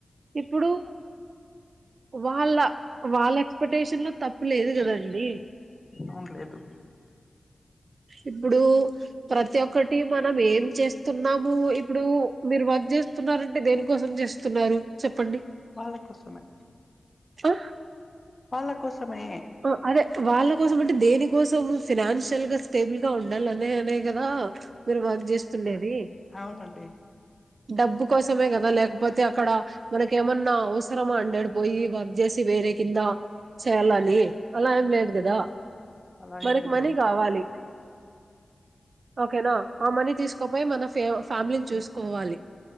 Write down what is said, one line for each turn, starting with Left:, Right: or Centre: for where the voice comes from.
Right: ఇప్పుడూ వాళ్ళ వాళ్ళ ఎక్స్పెక్టేషన్ లో తప్పు లేదు కదాండి
Left: అవును లేదు
Right: ఇప్పుడు ప్రతి ఒక్కటి మనం ఏం చేస్తున్నాము ఇప్పుడు మీరు వర్క్ చేస్తున్నారంటే దేనికోసం చేస్తున్నారు చెప్పండి
Left: వాళ్ళ కోసమే
Right: ఆ
Left: వాళ్ళ కోసమే
Right: ఆ అదే వాళ్ళ కోసం అంటే దేని కోసం ఫినాన్షియల్ గా స్టేబుల్ గా ఉండాలనే అనే కదా మీరు వర్క్ చేస్తుండెది
Left: అవునండి
Right: డబ్బు కోసమే గదా లేకపోతే అక్కడ మనక ఏమన్నా అవసరమా అండి ఆడపోయి వర్క్ చేసి బేర కింద చేళ అలి అలా ఏం లేదు గదా
Left: అలా
Right: మనకి
Left: ఏం లేదు
Right: మనీ కావాలి ఓకేనా ఆ మనీ తీసుకోపోయి మన ఫ్యా ఫ్యామిలీని చూసుకోవాలి